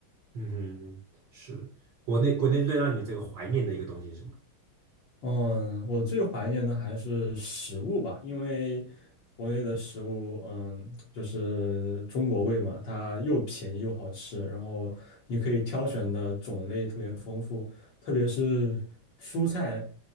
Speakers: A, on the right; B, on the left.
A: 嗯哼，是国内国内最让你这个怀念的一个东西是什么？
B: 嗯，我最怀念的还是食物吧，因为国内的食物，嗯，就是中国味嘛，它又便宜又好吃，然后你可以挑选的种类特别丰富，特别是蔬菜，